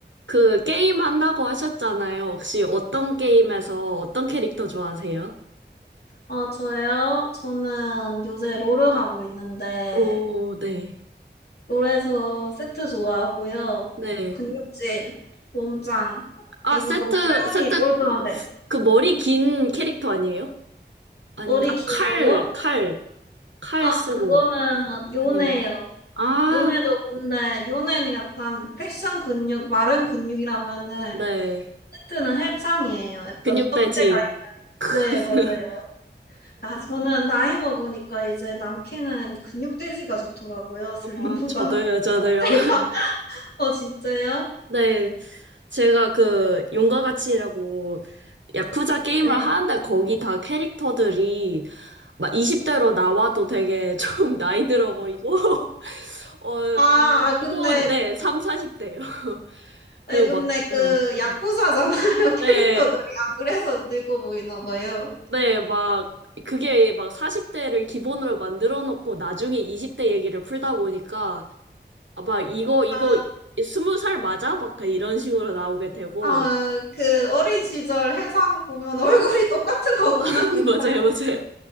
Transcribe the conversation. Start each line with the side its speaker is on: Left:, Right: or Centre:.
Right: 그 게임 한다고 하셨잖아요. 혹시 어떤 게임에서 어떤 캐릭터 좋아하세요?
Left: 아, 저요? 저는 요새 롤을 하고 있는데,
Right: 오, 네.
Left: 롤에서 세트 좋아하고요.
Right: 네.
Left: 근육질, 몸짱.
Right: 아,
Left: 이거
Right: 세트,
Left: 너무 표현이
Right: 세트,
Left: 올드한데.
Right: 그 머리 긴 캐릭터 아니에요? 아닌가?
Left: 머리 긴
Right: 칼,
Left: 거요?
Right: 칼, 칼
Left: 아,
Right: 쓰고.
Left: 그거는 요네예요.
Right: 아닌가? 아,
Left: 요네도 근데, 요네는 약간 패션 근육, 마른 근육이라면은,
Right: 네.
Left: 세트는 헬창이에요. 약간
Right: 근육돼지.
Left: 떡대가,
Right: <laughs>
Left: 있는데 네, 맞아요. 아, 저는 나이 먹으니까 이제 남캐는 근육돼지가 좋더라고요, 슬림보다.
Right: 아, 저도요,
Left: <laughs>
Right: 저도요.
Left: 어, 진짜요?
Right: 네, 제가 그 용과 같이라고 야쿠자 게임을
Left: 네.
Right: 하는데 거기 다 캐릭터들이 막 20대로 나와도 되게 좀 <laughs> 나이 들어 보이고 <laughs> 어
Left: 아, 음, 아, 근데,
Right: 기본 네, 3, 40대요. <laughs> 그리고
Left: 아, 근데
Right: 막
Left: 그,
Right: 어,
Left: 야쿠자잖아요, <laughs> 캐릭터들이.
Right: 네,
Left: 아, 그래서 늙어 보이나 봐요.
Right: 네, 막 그게 막 40대를 기본으로 만들어 놓고 나중에 20대 얘기를 풀다 보니까 아마 이거 이거
Left: 아,
Right: 20살 맞아? 막 이런 식으로 나오게 되고
Left: 아, 그, 어린 시절 해상 보면 얼굴이 똑같은 거구나,
Right: <laughs>
Left: 그냥.
Right: 맞아요, 맞아요.